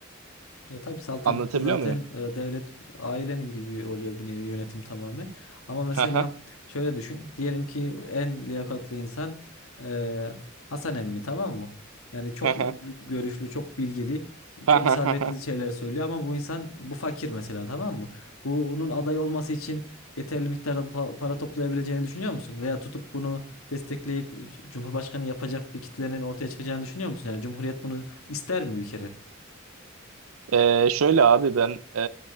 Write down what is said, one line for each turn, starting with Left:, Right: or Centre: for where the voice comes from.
Left: Ya tabii saltanatta
Right: Anlatabiliyor
Left: zaten
Right: muyum?
Left: e, devlet ailenin gibi oluyor bir nevi yönetim tamamen. Ama mesela
Right: Ha ha
Left: şöyle düşün. Diyelim ki en liyakatli insan e, Hasan emmi tamam mı? Yani çok
Right: ha
Left: gö-
Right: ha
Left: görüşlü, çok bilgili,
Right: ha
Left: çok isabetli
Right: ha
Left: şeyler söylüyor ama bu insan bu fakir mesela tamam mı? Bunun aday olması için yeterli miktarda pa- para toplayabileceğini düşünüyor musun? Veya tutup bunu destekleyip c- Cumhurbaşkanı yapacak bir kitlenin ortaya çıkacağını düşünüyor musun? Yani Cumhuriyet bunu ister mi bir kere?
Right: Ee, şöyle abi ben e,